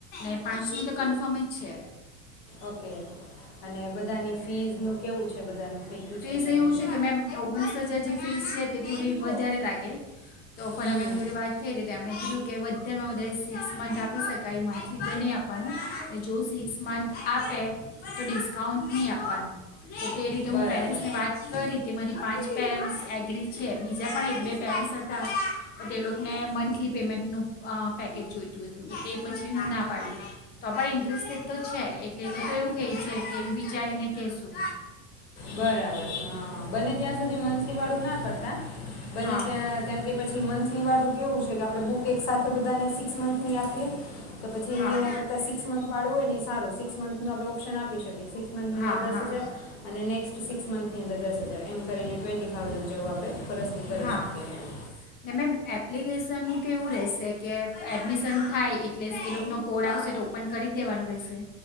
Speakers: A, on the left; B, on the left.
A: એ પાંચ નું તો કન્ફર્મ જ છે.
B: ઓકે અને બધાની ફીઝનું કેવું છે બધાનું થઈ ગયું
A: ફીસ
B: છે
A: એવું.
B: નથી
A: છે કે મે ઓગણીસ હજાર જે. ફીસ છે, તે થોડી વધારે લાગે. તો ફરામેમ
B: હમ હમ
A: જોડે વાત થઈ હતી તો તેમણે કીધું. કે વધારેમાં વધારે સિક્સ મંથ આપી શકાય મંથલી તો નહીં આપવાનું જો સિક્સ મંથ આપે તો ડિસ કાઉન્ટ નહીં આપવાનો તો તે રીતે
B: બરાબર
A: હું પેરેન્ટ્સને વાત કરી તે મારી પાંચ <unintelligible> એગ્રી છે, બીજા પણ એક બે <unintelligible> હતા. તે લોકોને મંથલી પેમેન્ટનું. પેકેજ જોઈતું હતું તો તે પછી હું ના પાડું તો પણ ઇન્ટરેસ્ટેડ તો છે, એટલે એ લોકો એવું કહે છે. તેલ વિચારીને કહેશું.
B: બરાબર હ બંને ત્યાં સુધી મંથલી વાળું ના કરતા. બને
A: હા
B: ત્યાં કારણ કે પછી મંથલી વાળું કેવું છે, કે આપડે બુક એક સાથે બધાને સિક્સ મંથની આપીએ તો પછી
A: હા.
B: એના કરતાં સિક્સ મંથ વાળું હોય એ સારું સિક્સ મંથનું આપણે ઓપ્શન આપી શકીએ સિક્સ મંથની
A: હા,
B: અંદર દસ
A: હા.
B: હજાર. ને નેક્સ્ટ સિક્સ મંથની અંદર દસ હજાર એમ કરીને ટ્વેન્ટી થાઉઝન્ડ. જેવું આપણે ફરસની કરી
A: હા
B: શકીએ એમ
A: મેમ એપ્લિકેશન નું કેવું રેશે? એટલે કે એડમિશન થાય એટલે એ લોકોનો કોડ આવશે તો ઓપન કરી જ દેવાનું રહેશે.